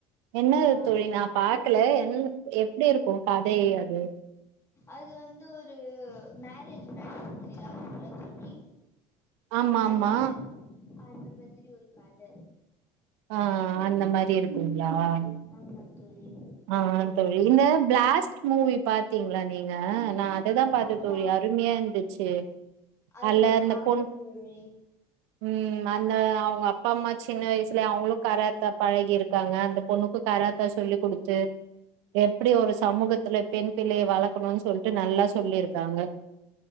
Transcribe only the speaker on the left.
ஆ
அது வந்து ஒரு மேரேஜ் மேரேஜ் மூவிலா இருக்கும்ல தோழி
அந்த
மா அந்த மாதிரி ஒரு கத
ஆமா தோழி
ஆஹா
அது
நா
பாக்கல
தோழி